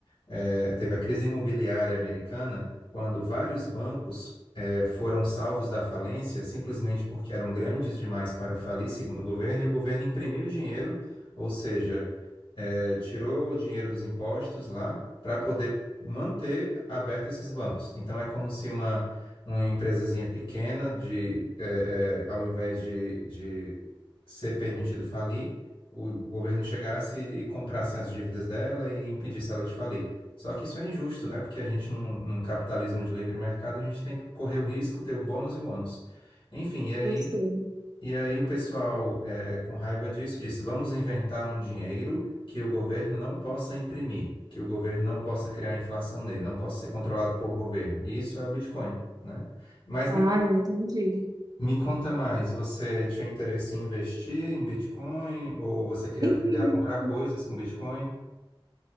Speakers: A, on the left; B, on the right.
A: é, teve a crise imobiliária americana, quando vários bancos é, foram salvos da falência simplesmente porque eram grandes demais para falir, segundo o governo, e o governo imprimiu dinheiro, ou seja, eh, tirou o dinheiro dos impostos lá para poder manter aberto esses bancos. Então é como se uma, uma empresazinha pequena de eh, eh, ao invés de, de ser permitido falir, o governo chegasse e comprasse as dívidas dela e impedisse ela de falir. Só que isso é injusto, né? Porque a gente, num, num capitalismo de livre mercado, a gente tem que correr o risco, ter o bônus e o ônus. Enfim, e aí
B: Eu sei.
A: e aí o pessoal, eh, com raiva disso, disse: vamos inventar um dinheiro que o governo não possa imprimir, que o governo não possa criar inflação nele, não possa ser controlado por governo. E isso é o Bitcoin, né? Mas
B: Ah,
A: me,
B: eu entendi.
A: me conta mais, você tinha interesse em investir em Bitcoin ou você queria
B: Entendi.
A: aprender a comprar coisas com Bitcoin?